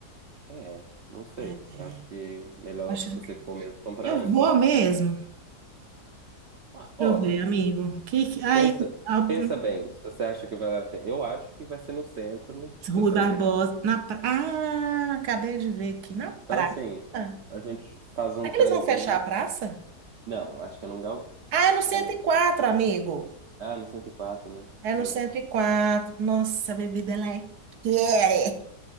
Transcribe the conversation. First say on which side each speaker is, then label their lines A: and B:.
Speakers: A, on the right; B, on the right.
A: É, não sei.
B: É, é.
A: Acho que melhor
B: Achando
A: se você
B: que-
A: for mesmo comprar
B: Eu
A: antes.
B: vou mesmo.
A: Ah,
B: Deixa
A: Ó,
B: eu ver, amigo. Que, que... Aí,
A: pensa,
B: a-
A: pensa bem, se você acha que vale a pena. Eu acho que vai ser no centro, tipo
B: Rui
A: assim.
B: Barbosa. Na pra... Ah, acabei de ver aqui. Na praça?
A: Então, assim,
B: Será
A: a gente faz um
B: que
A: prézinho.
B: eles vão fechar a praça?
A: Não, acho que é num gal...
B: Ah, é no cento
A: é no...
B: e quatro amigo.
A: Ah, no 104, né?
B: É no
A: Hum.
B: cento e quatro Nossa, a bebida ela é quente.